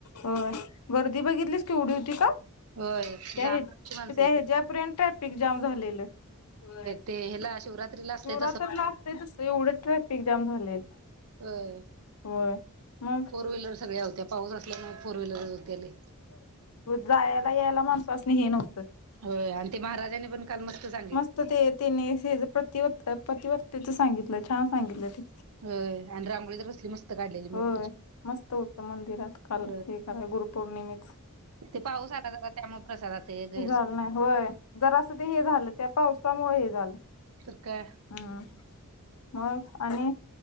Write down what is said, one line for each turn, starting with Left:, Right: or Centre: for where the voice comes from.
Left: होय गर्दी बघितलीस कीवढी होती काल?
Right: होय
Left: त्या
Right: लांबची माणसं
Left: त्या
Right: येतात.
Left: ह्याच्यापर्यंत ट्रॅफिक जाम झालेलं. होय,
Right: ते ह्याला शिवरात्रीला असतंय
Left: <unintelligible>
Right: तसं
Left: लागतय तसं एवढं ट्रॅफिक जाम झालेलं.
Right: होय
Left: होय मग
Right: फोर व्हीलर सगळ्या होत्या. पाऊस असल्यामुळं फोर व्हीलर होत्या लय.
Left: जायाला यायला माणसासनी हे नव्हतं.
Right: होय आणि ते महाराजांनी पण काल मस्त झा
Left: मस्त ते तिने ह्याज प्रतिव प्रतिवत्तेच सांगितलं छान सांगितलं ते.
Right: होय आणि रांगोळी तर कसली मस्त काढलेली मोठीच्या,
Left: होय मस्त होतं मंदिरात काल
Right: होय
Left: हे गुरुपौर्णिमेच
Right: ते पाऊस आला जरा त्यामुळे प्रसादाच हे गैर
Left: झालं नाही होय? जरास ते हे झालं त्या पावसामुळे हे झालं.
Right: तर काय
Left: हम् मग आणि.